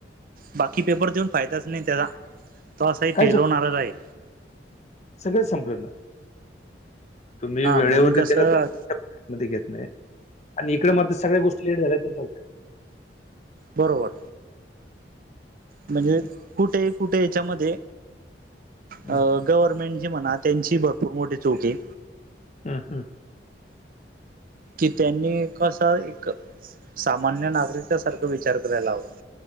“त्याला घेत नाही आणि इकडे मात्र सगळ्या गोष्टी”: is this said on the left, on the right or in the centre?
Left